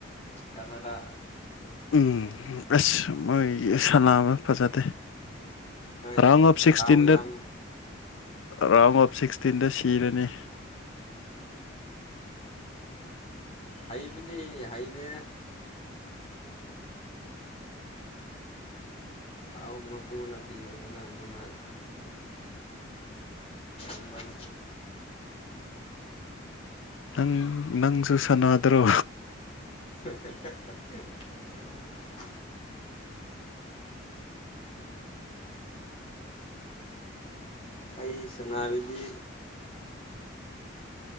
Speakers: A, on the left; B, on the left.
A: ꯀꯅꯥꯗꯥ
B: ꯎꯝ ꯑꯁ ꯃꯣꯏ ꯁꯂ ꯑꯃ ꯐꯖꯗꯦ
A: ꯍꯣꯏ
B: ꯔꯥꯎꯉ ꯑꯣꯐ ꯁꯤꯛꯁꯇꯤꯟꯗꯦꯠ
A: ꯗꯥꯎ ꯌꯥꯝ
B: ꯔꯥꯎꯟ ꯑꯣꯞ ꯁꯤꯛꯁꯇꯤꯟꯗ ꯁꯤꯔꯅꯤ
A: ꯑ ꯍꯩꯕꯨꯗꯤ ꯍꯩꯅꯦ ꯥꯎ ꯃꯄꯨꯅ ꯄꯤꯕꯅꯤꯅ ꯑꯗꯨꯝꯥꯏ ꯏꯝꯕꯅꯤ
B: ꯅꯪ ꯅꯪꯁꯨ ꯁꯥꯟꯅꯗ꯭ꯔꯣ
A: <unintelligible> ꯑꯩ ꯁꯟꯅꯥꯔꯗꯤ